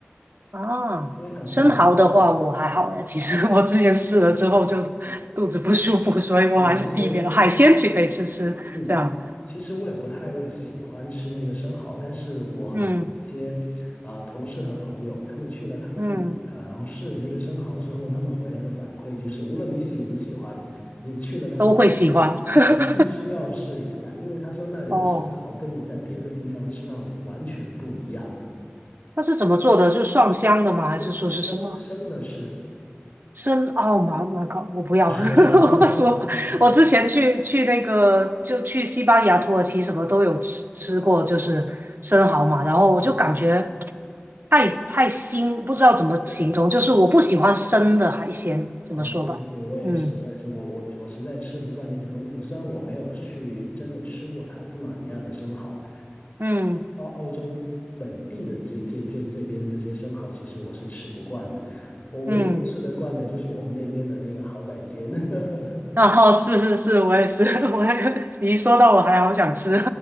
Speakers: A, on the right (about 55°); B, on the left (about 40°).
A: 啊，
B: 因为塔斯马尼亚
A: 生蚝的话我还好哎，其实我之前试了之后就
B: 啊，
A: 肚子不舒服，所以我还是避免了海鲜去可以吃吃这样。
B: 嗯，其实嗯，其实我也不太会喜欢吃那个生蚝，但是我很多一些啊、
A: 嗯
B: 同事和朋友，他们去了塔斯马尼亚，
A: 嗯。
B: 然后试了那个生蚝之后，他们回来的反馈就是，无论你喜不喜欢，你去了塔斯马尼亚。
A: 都会喜欢。<laughs>
B: 必须要试一下，因为他说那里的生蚝跟你在别的地方吃到的完全不一样，
A: 哦，那是怎么做的？是蒜香的吗？还是说是什么
B: 不，生生的吃。
A: 生奥吗？Oh my god！我不要，
B: <laughs>
A: <laughs> 我说我之前去去那个就去西班牙、土耳其什么都有吃吃过，就是生蚝嘛，然后我就感觉
B: 嗯，
A: 太太腥，不知道怎么形容，
B: 是
A: 就是我不喜欢生的海鲜，怎么说吧？
B: 啊，对对对，我也是，
A: 嗯
B: 我也是，我我我实在吃不惯那个东西。虽然我没有去真的吃过塔斯马尼亚的生蚝，
A: 嗯
B: 澳澳洲本地的这这这这边这些生蚝，其实我是吃不惯的。我唯一能吃得惯的就是我们那边的那个蚝仔煎。
A: 嗯，
B: <laughs>
A: 然后是是是，我也是，<laughs> 我还你一说到我还好想吃，